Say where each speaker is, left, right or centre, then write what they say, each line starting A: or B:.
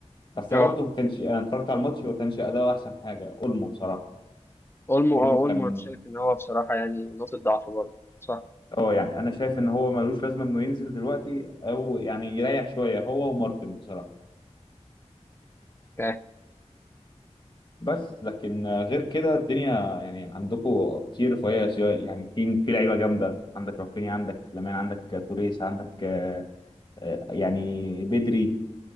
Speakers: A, on the left; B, on the left.
A: بس
B: اه
A: ده برضه ما كانش انا اتفرجت على الماتش ما كانش اداؤه احسن حاجه اولمو بصراحه
B: اولمو
A: اولمو
B: اه اولمو
A: كان
B: انا شايف ان هو بصراحه يعني نقطه ضعف برضه صح
A: اه يعني انا شايف ان هو ملوش لازمه انه ينزل دلوقتي او يعني يريح شويه هو ومارتن بصراحه
B: اوكي
A: بس لكن آه، غير كده الدنيا يعني عندكم في رفاهيه يعني في في لعيبه جامده عندك رافينيا عندك لامين عندك توريس عندك آه، يعني بدري